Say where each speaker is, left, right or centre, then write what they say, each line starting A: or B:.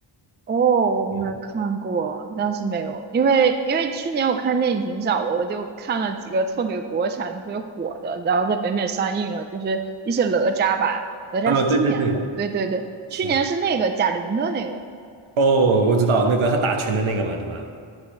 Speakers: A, on the right; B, on the right.
A: 哦，我没有看过，
B: 嗯，
A: 但是没有，因为因为去年我看电影挺少的，我就看了几个特别国产、特别火的，然后在北美上映了，就是一些哪吒吧，哪吒是今年的，
B: 呃，对对对，
A: 对对对，
B: 是。
A: 去年是那个贾玲的那个，
B: 哦，我知道那个他打拳的那个嘛，对吧？